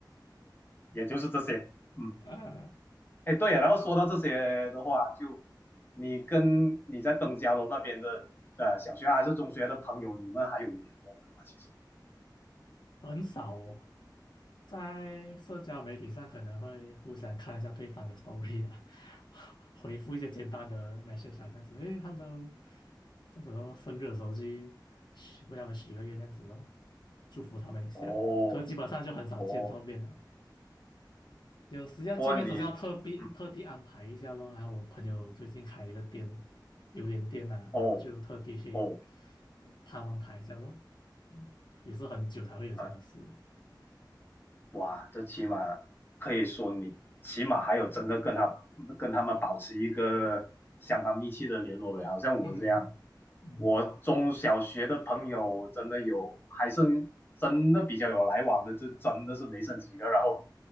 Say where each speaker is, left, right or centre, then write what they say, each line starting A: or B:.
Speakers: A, on the left; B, on the left.
A: 也就是这些。嗯，
B: <laughs> 啊。
A: 哎，对呀、然后说到这些的话，就你跟你在登嘉楼那边的呃小学还是中学的朋友，你们还有联络的吗？其实，
B: 很少哦，在社交媒体上可能会互相看一下对方的 story 啊，<laughs> 回复一些简单的 message 啊，这样子，诶 h e l l o 这样子咯，生日的时候去许为他们许个愿，这样子咯，祝福他们一下。
A: 哦
B: 可是基本上就很少见到面了，
A: 哦，
B: 有时要见面总是要特地特地安排一下咯。
A: 不过你嗯。
B: 然后我朋友最近开了一个店，榴莲店呐、啊然后就特地去
A: 哦哦，
B: 呃探望他一下咯。嗯也是很久才会有这样的事了。
A: 呃，哇，这起码可以说你起码还有真的跟他跟他们保持一个相当密切的联络呗，好像我这样，
B: 嗯嗯
A: 我中小学的朋友真的有，还剩真的比较有来往的，就真的是没剩几个。然后